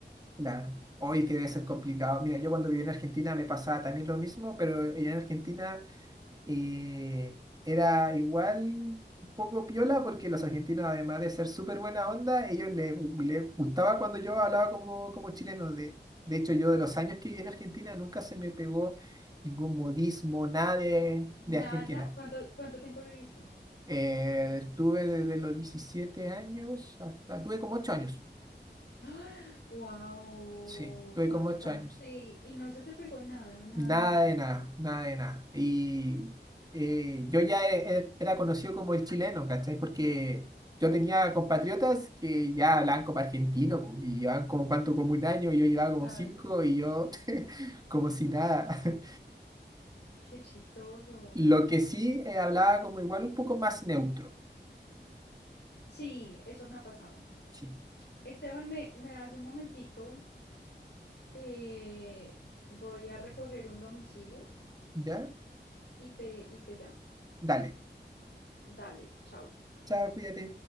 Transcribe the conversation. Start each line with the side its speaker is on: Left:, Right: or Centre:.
Right: Claro. Hoy que debe ser complicado. Mira, yo cuando viví en Argentina me pasaba también lo mismo, pero allá en Argentina eh, era igual un poco piola porque los argentinos, además de ser súper buena onda, ellos les, les gustaba cuando yo hablaba como, como chileno. De, de hecho, yo de los años que viví en Argentina nunca se me pegó ningún modismo, nada de, de
Left: Nada.
Right: Argentina.
Left: ¿Cuánto, cuánto tiempo viviste?
Right: Eh, estuve desde los 17 años hasta... Tuve como 8 años.
Left: <gasps> Wow,
Right: Sí, tuve
Left: bastante.
Right: como 8 años.
Left: Y no se te pegó nada, nada,
Right: Nada
Left: nada.
Right: de nada, nada de nada. Y eh, yo ya e- e- era conocido como el chileno, ¿cachai? Porque yo tenía compatriotas que ya hablaban como argentino po, y llevaban como cuánto, como un año, y yo llevaba como
Left: Claro.
Right: 5 y yo <laughs> como si nada. <laughs>
Left: Qué chistoso.
Right: Lo que sí eh, hablaba como igual un poco más neutro.
Left: Sí, eso me ha pasado.
Right: Sí,
Left: Esteban, ¿me, me das un momentico? Eh, voy a recoger un domicilio
Right: ¿ya?
Left: y te, y te llamo.
Right: Dale.
Left: Dale, chao.
Right: Chao, cuídate.